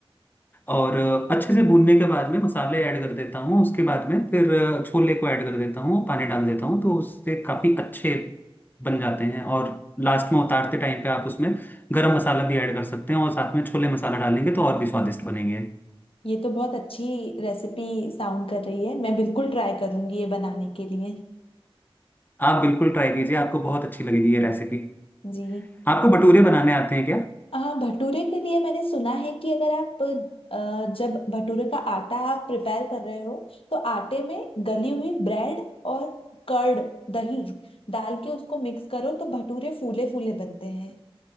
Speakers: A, on the left; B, on the left.
A: और अच्छे से भूनने के बाद में मसाले ऐड कर देता हूँ उसके बाद में फिर छोले को ऐड कर देता हूँ पानी डाल देता हूँ तो उससे काफ़ी अच्छे बन जाते हैं और लास्ट में उतारते टाइम पे आप उसमें गरम मसाला भी ऐड कर सकते हैं और साथ में छोले मसाला डालेंगे तो और भी स्वादिष्ट बनेंगे
B: ये तो बहुत अच्छी रेसिपी साउंड कर रही है मैं बिल्कुल ट्राई करूंगी ये बनाने के लिए
A: आप बिल्कुल ट्राई कीजिए आपको बहुत अच्छी लगेगी ये रेसिपी
B: जी
A: आपको भटूरे बनाने आते हैं क्या
B: आ, भटूरे के लिए मैंने सुना है कि अगर आप आ, जब भटूरे का आटा आप प्रिपेयर कर रहे हो तो आटे में गली हुई ब्रेड और कर्ड दही डाल के उसको मिक्स करो तो भटूरे फूले फूले बनते हैं